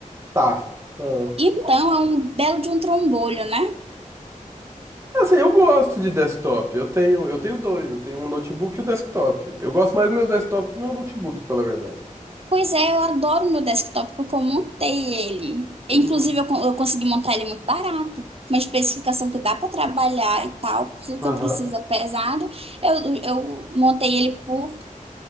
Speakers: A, on the right; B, on the right.
A: Tá. Ah.
B: Então, é um belo de um trombolho, né?
A: Assim, eu gosto de desktop. Eu tenho, eu tenho dois. Eu tenho um notebook e o desktop. Eu gosto mais do meu desktop do que do meu notebook, pra falar a verdade.
B: Pois é, eu adoro meu desktop porque eu montei ele.
A: Hum,
B: Inclusive, eu, con- eu consegui montar ele muito barato. Uma especificação que dá para trabalhar e tal, tudo
A: Aham.
B: que eu preciso é pesado. Eu, eu montei ele por